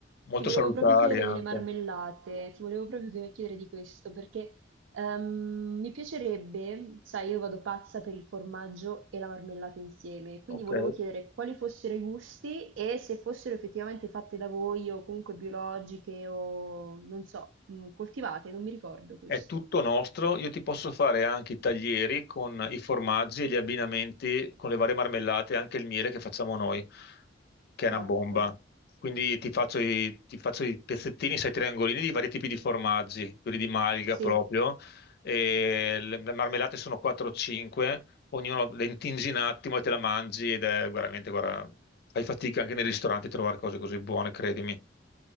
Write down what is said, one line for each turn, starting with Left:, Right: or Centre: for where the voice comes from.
Left: molto
Right: ti volevo
Left: salutari
Right: proprio chiedere
Left: anche.
Right: delle marmellate, ti volevo proprio chied- chiedere di questo, perché ehm, mi piacerebbe, sai, io vado pazza per il formaggio e la marmellata insieme, quindi
Left: Ok.
Right: volevo chiedere quali fossero i gusti e se fossero effettivamente fatte da voi o comunque biologiche o non so, mh, coltivate, non mi ricordo questo.
Left: È tutto nostro, io ti posso fare anche i taglieri con i formaggi e gli abbinamenti con le varie marmellate, e anche il miele che facciamo noi, che è una
Right: Top.
Left: bomba. Quindi ti faccio i, ti faccio i pezzettini, sai, triangolini di vari tipi di formaggi, quelli di malga
Right: Sì.
Left: proprio, e le, le marmellate sono 4 o 5, ognuno le intingi un attimo e te la mangi ed è veramente, guarda, fai fatica anche nei ristoranti a trovare cose così buone, credimi.